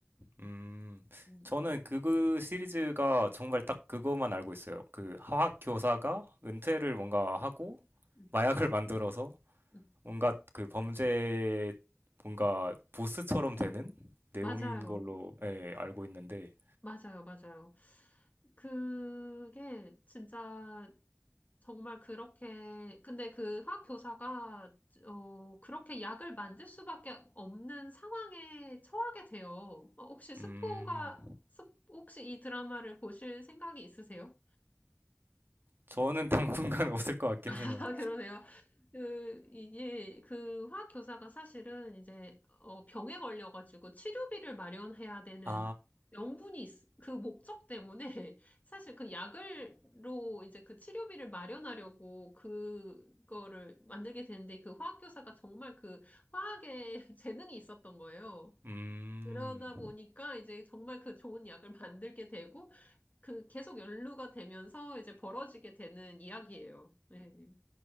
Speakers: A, on the right; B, on the left.
A: 음.
B: 음,
A: 저는 그, 그 시리즈가 정말 딱 그것만 알고 있어요. 그 화학 교사가 은퇴를 뭔가 하고
B: 음,
A: 마약을 만들어서
B: 음.
A: 뭔가 그 범죄 뭔가 보스처럼 되는 내용인
B: 맞아요.
A: 걸로 예, 알고 있는데
B: 맞아요. 맞아요. 그게 진짜 정말 그렇게, 근데 그 화학 교사가, 어, 그렇게 약을 만들 수밖에 없는 상황에 처하게 돼요. 어, 혹시 스포가,
A: 음
B: 스- 혹시 이 드라마를 보실 생각이 있으세요?
A: 저는 <laughs> 당분간 없을 것 같긴 해요.
B: 아, 그러세요. 그, 이게, 그 화학 교사가 사실은 이제, 어, 병에 걸려가지고 치료비를 마련해야 되는
A: 아,
B: 명분이, 있- 그 목적 때문에 <laughs> 사실 그 약을로 이제 그 치료비를 마련하려고 그거를 만들게 되는데 그 화학 교사가 정말 그 화학에 <laughs> 재능이 있었던 거예요.
A: 음
B: 그러다 보니까 이제 정말 그 좋은 약을 <laughs> 만들게 되고 그 계속 연루가 되면서 이제 벌어지게 되는 이야기예요. 네.